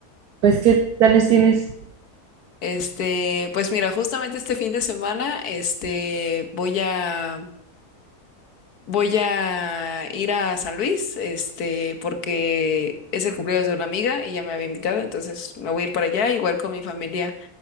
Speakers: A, on the right (about 85°); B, on the left (about 80°).
A: pues, ¿qué planes tienes?
B: Este, pues mira, justamente este fin de semana, este, voy a Voy a ir a San Luis, este, porque es el cumpleaños de una amiga y ya me había invitado, entonces me voy a ir para allá, igual con mi familia.